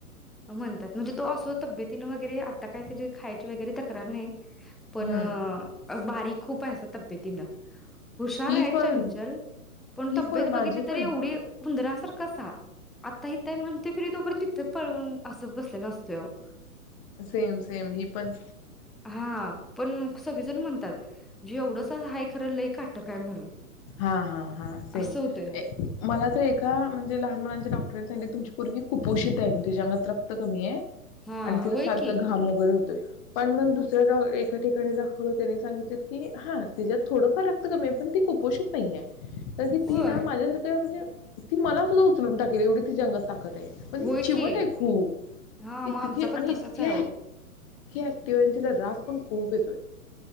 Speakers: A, in the centre; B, on the left.
A: म्हणतात म्हणजे तो असं तब्येतीनं वगैरे आता काय त्या खायची वगैरे तक्रार नाही. पण
B: हम्म
A: बारीक खूप आहे तब्येतीनं हुशार
B: ही
A: आहे
B: पण
A: चंचल पण
B: ही
A: तब्येत
B: माझी
A: बघितली तेवढी
B: पण
A: हूनदरा र कसा आता हितय मग प्रीत तोपर्यंत तिथं पळून असा बसलेला असतोय आओ
B: सेम, सेम हि पण
A: हा पण सगळीजण म्हणतात ज एवढंच आहे खरं लई काटक हाय म्हणून.
B: हा, हा, हा सेम
A: असं होतंय अहो.
B: मला तर एका म्हणजे लहान मुलांच्या डॉक्टांनी सांगतले तुमची मुलगी कुपोषित आहे तिच्याअंगात रक्त कमी आहे
A: हा
B: आणि तिला
A: होय
B: सारखा
A: की
B: घाम वगैरे होतय पण मग दुसऱ्या एका ठिकाणी दाखवलं त्यांनी सांगितले की हा तिच्यात थोडं फार कमी पण ती कुपोषित नाहीेया कारण की
A: होय
B: ती ना माझ्यासारखं म्हणजे ती मला सुद्धा उचलून टाकेल एवढी ती अंगात ताकदे पण
A: होय
B: चिवट
A: की
B: ये खूप
A: हा मग
B: इतके
A: आमचा
B: ऍक्टिव्ह
A: पण तसाच
B: इतकीे
A: आहे अहो.
B: ऍक्टिव्ह आहे आणि तिला राग पण खूप येतोय आहे.